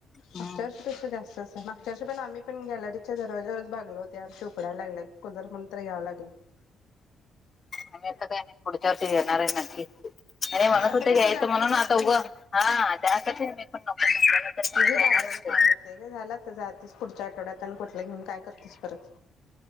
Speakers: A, on the left (about 35°); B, on the left (about 85°).
A: हम्म.
B: मागच्या वर्षी पेक्षा जास्तच हाय मागच्या वर्षी पण आम्ही आम्ही पण गॅलरीच्या दरवाजावरच भागल होत हयावर्षी उकडायला लागलय म्हणून तर कुलर घ्याव लागलं.
A: आम्ही आता काय नाही पुढच्या वर्षी घेणार आहे नक्की हे म्हणत
B: आता
A: होते
B: काय
A: यायचं
B: तू जाणारच
A: म्हणून
B: आहेस
A: आता उगं
B: की
A: हा त्यासाठी मी पण नको म्हटंल नाही तर जाणार
B: उगी जागायला
A: होते
B: कार ग झाला तर जातीस पुढच्या आठवड्यात आणि कुठला घेऊन काय करतेस परत